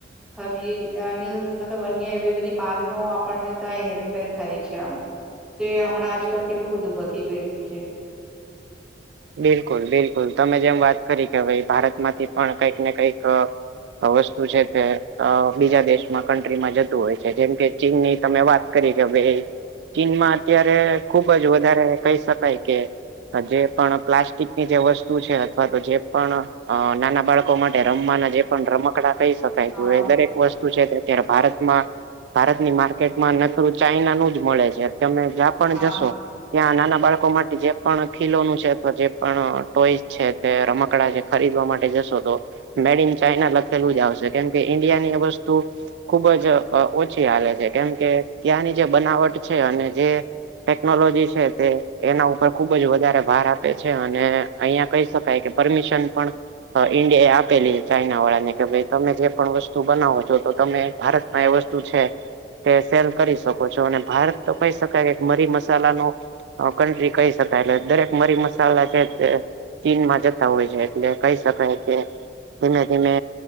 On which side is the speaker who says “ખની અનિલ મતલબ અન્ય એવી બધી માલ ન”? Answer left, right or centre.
Centre